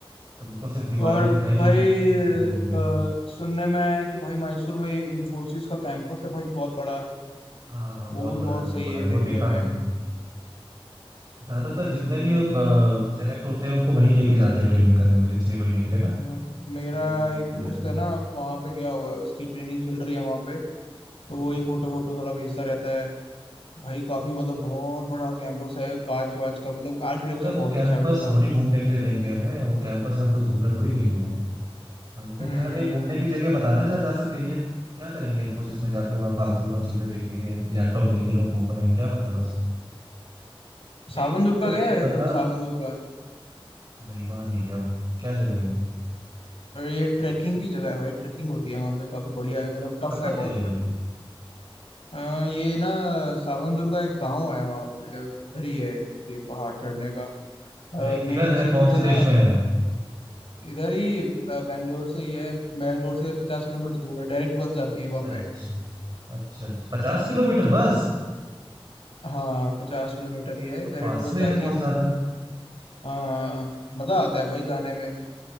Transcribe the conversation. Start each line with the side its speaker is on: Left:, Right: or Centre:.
Right: तुमको सिर्फ दीवारें
Left: और
Right: दिखाई
Left: भाई
Right: देंगी दिखाई देंगे
Left: अ, सुनने में आया है कि भाई मैसूर में ये इंफोसिस का कैंपस है भाई बहुत बड़ा
Right: हाँ हाँ हाँ
Left: वो
Right: बहुत
Left: भी
Right: बड़ा
Left: बहुत
Right: है बहुत
Left: सही
Right: बड़ा
Left: है
Right: है
Left: देखने
Right: वो देखा
Left: में
Right: मैंने ज्यादातर
Left: हम्म
Right: जितने भी सेलेक्ट होते हैं उनको वहीं लेके जाते हैं ट्रेनिंग करने के लिए छह महीने के लिए ना
Left: हाँ, मेरा
Right: तो वो लोग वहीं
Left: एक
Right: पे
Left: दोस्त
Right: रहते हैं
Left: है ना वहाँ पे गया हुआ है उसकी ट्रेनिंग चल रही है वहाँ पे तो
Right: अच्छा
Left: वो ही फोटो वोटो थोड़ा भेजता रहता है भाई काफी मतलब बहुत बड़ा कैंपस है कांच वाच का मतलब आर्किटेक्चर
Right: भाई मगर
Left: बहुत
Right: वो कैंपस
Left: अच्छा है भाई इसका
Right: थोड़ी घूमने के लिए देंगे हमें वो कैंपस वैम्पस घूमने थोड़ी देंगे वो हमको
Left: हम्म
Right: तो यार कहीं घूमने की जगह बताना जहाँ जा सके ये क्या करेंगे इन्फोसिस में जाके वहाँ फालतू का चीजें देखेंगे लैपटॉप लेके लोग घूम रहे हैं क्या मतलब है उसका देख
Left: सावन
Right: मेरे
Left: दुर्गा
Right: को
Left: गया
Right: एक
Left: है
Right: बंदा
Left: कभी सावन दुर्गा
Right: नहीं वहां नहीं गया क्या जगह है वो
Left: और ये ट्रैकिंग की जगह है भाई ट्रैकिंग होती है वहाँ पे काफी बढ़िया है मतलब टफ
Right: कहाँ
Left: है बहुत
Right: पे है ये
Left: अ, ये ना सावन दुर्गा एक गांव है वहाँ पे अ, उधर ही है ये पहाड़ चढ़ने का
Right: अरे किधर
Left: मेन
Right: है
Left: सिटी
Right: कौन
Left: से
Right: से
Left: ना
Right: देश में है
Left: इधर ही अ, बैंगलोर से ही है बैंगलोर से पचास किलोमीटर दूर है डायरेक्ट बस जाती
Right: अच्छा
Left: है वहाँ पे
Right: अच्छा अच्छा अच्छा। पचास किलोमीटर
Left: अच्छा,
Right: बस
Left: हाँ पचास किलोमीटर ही है
Right: तो
Left: डायरेक्ट
Right: पास
Left: बस
Right: में
Left: जाती
Right: है बहुत
Left: है
Right: ज्यादा
Left: हाँ मजा आता है भाई जाने में